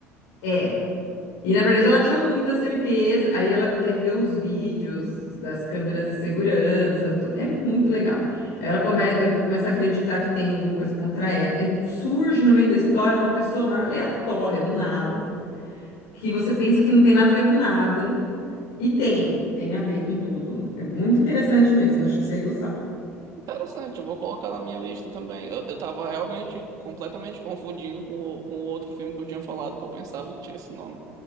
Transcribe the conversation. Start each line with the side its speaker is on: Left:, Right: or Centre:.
Left: É. E na verdade ela tinha muita certeza. Aí ela quer ver os vídeos das câmeras de segurança, tudo. É muito legal. Aí ela come- eh, começa a acreditar que tem alguma coisa contra ela. Aí surge no meio da história uma pessoa mais aleatória, do nada, que você pensa que não tem nada a ver com nada. E tem, tem a ver com tudo. É muito interessante mesmo, acho que você ia gostar.
Right: Interessante, eu vou colocar na minha lista também. Eu, eu tava realmente completamente confundindo com o, com o outro filme que eu tinha falado, que eu pensava que tinha esse nome.